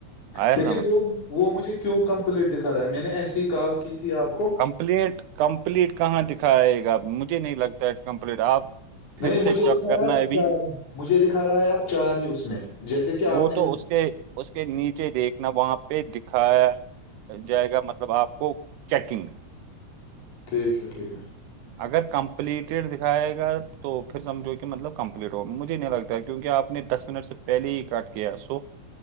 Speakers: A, on the right; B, on the left.
A: آیا
B: لیکن
A: سمجھ
B: وہ وہ مجھے کیوں کمپلیٹ دکھا رہا ہے میں نے ایسی ہی کال کی تھی آپ کو
A: کمپلیٹ کمپلیٹ کہاں دکھائے گا مجھے نہیں لگتا کمپلیٹ آپ
B: نہیں
A: پھر
B: مجھے
A: سے چیک
B: دکھا
A: کرنا
B: رہا ہے اب
A: ابھی
B: چار مجھے دکھا رہا ہے اب چار ہی اس میں جیسے کہ آپ
A: وہ
B: نے
A: تو اس کے اس کے نیچے دیکھنا وہاں پہ دکھایا جائے گا مطلب آپ کو چیکنگ
B: ٹھیک ہے ٹھیک ہے
A: اگر کمپلیٹیڈ دکھائے گا تو پھر سمجھو کہ مطلب کمپلیٹ ہو مجھے نہیں لگتا کہ کیونکہ آپ نے دس منٹ سے پہلے ہی کاٹ کیا سو